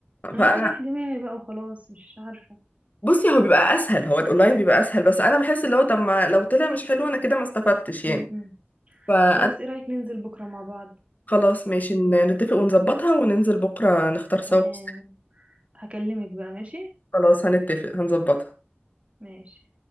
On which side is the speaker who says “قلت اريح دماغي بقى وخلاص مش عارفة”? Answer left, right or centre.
Right